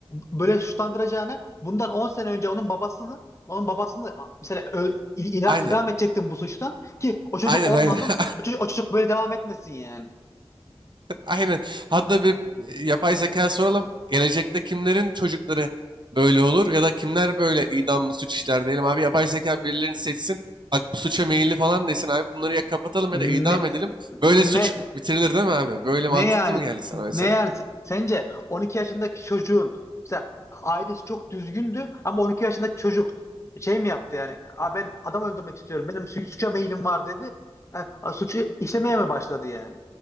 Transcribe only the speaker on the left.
böyle suçlandıracağına bundan 10 sene önce onun babasını onun babasını mesela ö- ila-
idam edecektin bu suçtan ki o çocuk
olmasın
o çocuk, o çocuk böyle devam etmesin yani.
Ne
ne
ne
yani
ne yani S- sence 12 yaşındaki çocuğun mesela ailesi çok düzgündü ama 12 yaşındaki çocuk şey mi yaptı yani Aa, ben adam öldürmek istiyorum benim su- suça meyilim var dedi E, a, suçu işlemeye mi başladı yani?